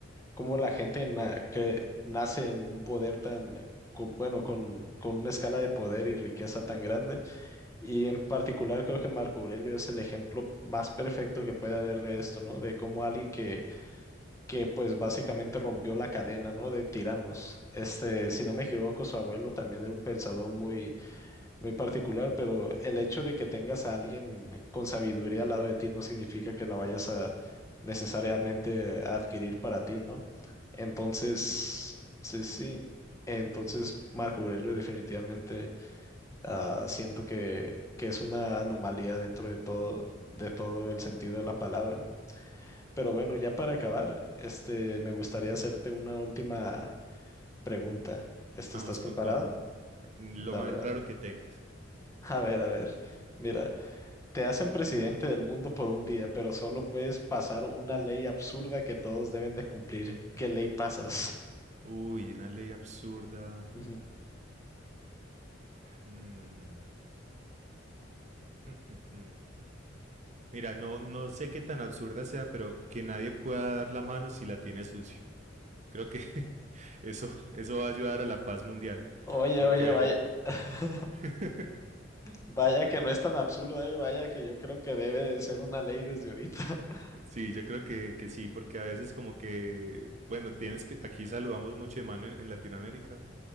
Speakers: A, on the left; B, on the right.
A: cómo la gente na- que nace en un poder tan, eh, co- bueno, con, con una escala de poder y riqueza tan grande. Y en particular creo que Marco Aurelio es el ejemplo más perfecto que puede haber de esto, ¿no? De cómo alguien que, que pues básicamente rompió la cadena, ¿no? De tiranos. Este, si no me equivoco, su abuelo también era un pensador muy muy particular, pero el hecho de que tengas a alguien con sabiduría al lado de ti no significa que la vayas a necesariamente a adquirir para ti, ¿no? Entonces,
B: Sí,
A: sí, sí. Entonces, Marco Aurelio definitivamente ah, siento que, que es una anomalía dentro de todo, de todo el sentido de la palabra. Pero bueno, ya para acabar, este, me gustaría hacerte una última pregunta. Este,
B: vamos
A: ¿estás preparado?
B: con toda. Lo
A: Dale,
B: más
A: dale.
B: raro que tengas.
A: A ver, a ver. Mira. Te hacen presidente del mundo por un día, pero solo puedes pasar una ley absurda que todos deben de cumplir. ¿Qué ley pasas?
B: Uy, una ley absurda.
A: Ujú.
B: Mm, <laughs> Mira, no, no sé qué tan absurda sea, pero que nadie pueda dar la mano si la tiene sucia. Creo que <laughs> eso, eso va a ayudar a la paz mundial,
A: Oye,
B: porque
A: oye, vaya, <laughs>
B: <laughs>
A: vaya que no es tan absurda, eh, Vaya que yo creo que debe de ser una ley desde ahorita. <laughs>
B: Sí, yo creo que, que sí, porque a veces como que, bueno, tienes que, aquí saludamos mucho de mano en, en Latinoamérica